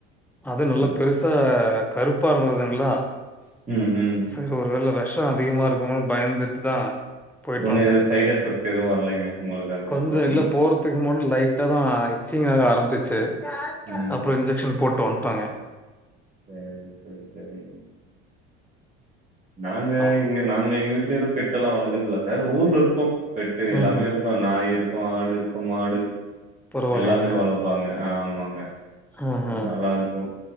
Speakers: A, in the centre; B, on the right.
A: அது நல்லா
B: சரி.
A: பெருசா கருப்பா இருந்ததுங்களா
B: ம், ம்.
A: சரி ஒரு வேல வெஷோ அதிகமாருக்குமோன் பயந்துட் ‌தா போய்ட்டு
B: ஒண்ணும்
A: வந்தது
B: எதுவும் சைட் எஃபெக்ட் எதுவும் வரலைங்க உங்களுக்கு அதுக்கப்புறம்.
A: கொஞ்சோ இல்ல
B: ம்,
A: போற த்துக்கு முன் லைட்டா தா இச்சிங்க் ஆக ஆரம்பிச்சிச்சு
B: ம்.
A: அப்றோ இன்ஜெக்ஷன் போட்டு வன்ட்டோங்க
B: சேரி சேரி செரிங்க நாங்க
A: ஆ
B: எங்க நாங்க எங்க வீட்லரு பெட்டெல்லா வளக்கறதுல இல்ல சார் ஊர்லருக்கு பெட்டு எல்லாமேரு
A: ம் ம்
B: நாய் இருக்கு ஆடு இருக்கு மாடு
A: பரவாயில்லைங்களே
B: எல்லாமே வளப்பாங்க ஆமாங்க
A: ஆ ஆ
B: நல்லாருக்கு